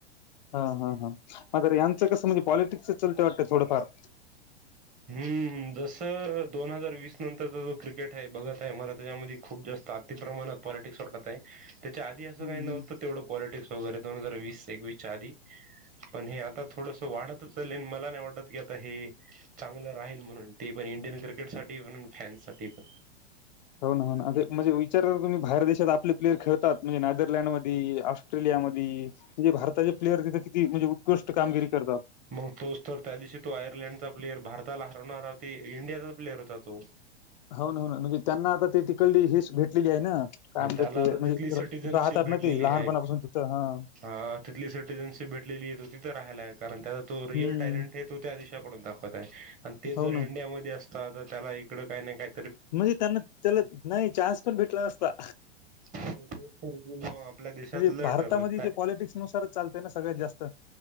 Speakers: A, on the left; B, on the right.
A: हा हा हा म्र यांचं कसं म्हणजे पॉलिटिक्सच चलते वाटत थोडंफार
B: हम्म जसं दोन हजार वीस नंतरचा जो क्रिकेट आहे बघत आहे मला त्याच्यामध्ये खूप जास्त आत ति प्रमाणात पॉलिटिक्स वर कळतंय त्याच्या आधी असं
A: हम्म
B: काही
A: हम्म.
B: नव्हतं, तेवढं पॉलिटिक्स वगैरे दोन हजार वीस एकवीस च्या आधी, पण हे आता थोडस वाढतच चाललय, मला नाही वाटत की आता हे चांगलं राहील म्हणून ते पण इंडियन क्रिकेट साठी म्हणून फॅन्स साठी पण
A: हो ना हो ना म्हणजे विचार तुम्ही बाहेर देशात आपले प्लेयर खेळतात म्हणजे नदरलँडमध्ये ऑट्रेलिया त्यामध्ये म्हणजे भारताचे लेबर वर्ग किती म्हणजे उत्कृष्ट कामगिरी करतात
B: मग तोच तर त्या दिवशी तो आयर्लडचा प्लेयर भारत त्याला हरवणणारा होती इंडियाचा प्लेयर होता तो
A: हो ना हो ना म्हणजे त्यांना आता ते तिकडली हेच भेटलेली आहे ना काय म्हणतात
B: त्याला
A: ते
B: आता
A: म्हणजे
B: तिथली सिटीजनशिप
A: राहत त्यांना
B: भेटलेली
A: ते लहानपणापासून
B: आहे.
A: तिथं हं
B: हा तिथली सिटिजनशिप भेटलेली आहे तिथं राहायला आहेत कारण त्याचा तो रिअल
A: हं.
B: टॅलेंट हे तो त्या देशाकडून दाखवत आहे आणि तेच
A: हो
B: जर इंडियामध्ये
A: ना.
B: असतात तर त्याला इकडं काही नाही काय
A: म्हणजे त्यांना त्याला नाही चान्स पण भेटला नसता
B: हो आपल्या देशात
A: म्हणजे
B: लय
A: भारतामध्ये
B: ठरतय
A: ते पॉलिटिक्सनुसारच चालतंय ना सगळ्यात जास्त.